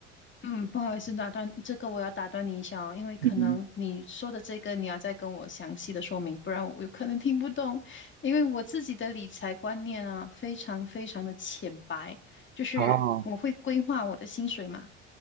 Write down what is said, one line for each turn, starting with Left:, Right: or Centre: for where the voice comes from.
Left: 嗯，不好意思，打断，这个我要打断你一下哦，因为可能你说的这个你要再跟我详细的说明，
Right: 嗯嗯，
Left: 不然我有可能听不懂。因为我自己的理财观念啊，非常非常的浅白，就是我会规划我的薪水嘛，
Right: 哦，